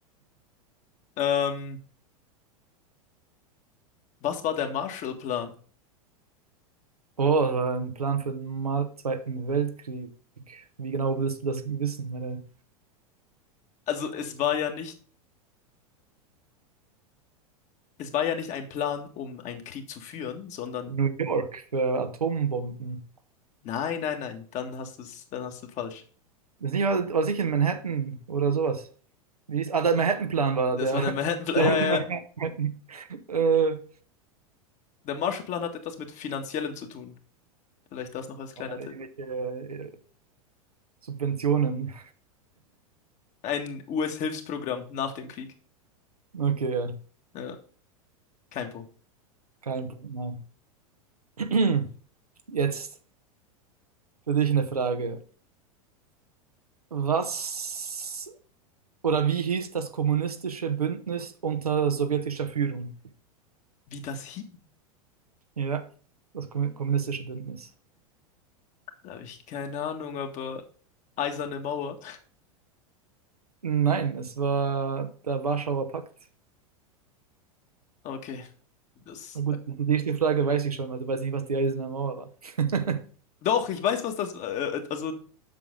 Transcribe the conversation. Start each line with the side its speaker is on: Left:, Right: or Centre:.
Left: Ähm, was war der Marshallplan?
Right: Oh, das war ein Plan für den Ma- Zweiten Weltkrieg. Wie genau willst du das wissen? Meine
Left: Also es war ja nicht, es war ja nicht ein Plan, um einen Krieg zu führen, sondern
Right: New York für Atombomben.
Left: nein, nein, nein, dann hast du es, dann hast du falsch.
Right: Das nicht, war, war sicher in Manhattan oder sowas. Wie ist, ah, der Manhattan-Plan war
Left: Das
Right: der.
Left: war
Right: <laughs>
Left: der Manhattan-Plan,
Right: Plan
Left: ja,
Right: von
Left: ja.
Right: Manhattan.
Left: ja.
Right: Äh, ja,
Left: Der Marshallplan hat etwas mit Finanziellem zu tun. Vielleicht das noch als kleiner
Right: irgendwelche
Left: Tipp.
Right: äh, Subventionen.
Left: Ein US-Hilfsprogramm nach dem Krieg.
Right: Okay, ja,
Left: Ja, kein Punkt.
Right: kein Punkt, nein. <clears throat> Jetzt für dich eine Frage. Was oder wie hieß das kommunistische Bündnis unter sowjetischer Führung?
Left: Wie das hieß?
Right: Ja, das kom- kommunistische Bündnis.
Left: Da habe ich keine Ahnung, aber Eiserne Mauer.
Right: Nein, es war der Warschauer Pakt.
Left: Okay. Das.
Right: Na gut, die nächste Frage weiß ich schon, weil du weißt nicht, was die Eiserne Mauer war. <laughs>
Left: Doch, ich weiß, was das. Äh, äh, also,